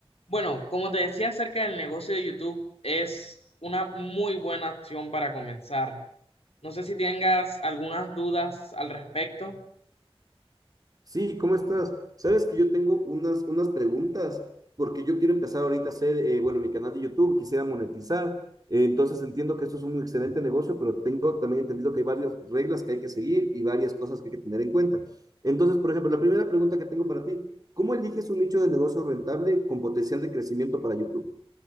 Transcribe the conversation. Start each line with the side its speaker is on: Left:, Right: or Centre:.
Left: Bueno, como te decía acerca del negocio de YouTube, es una muy buena opción para comenzar. No sé si tengas algunas dudas al respecto.
Right: Sí, ¿cómo estás? Sabes que yo tengo unas, unas preguntas, porque yo quiero empezar ahorita a hacer, eh, bueno, mi canal de YouTube, quisiera monetizar. Eh, entonces entiendo que esto es un excelente negocio, pero tengo también entendido que hay varias reglas que hay que seguir y varias cosas que hay que tener en cuenta. Entonces, por ejemplo, la primera pregunta que tengo para ti, ¿cómo eliges un nicho de negocio rentable con potencial de crecimiento para YouTube?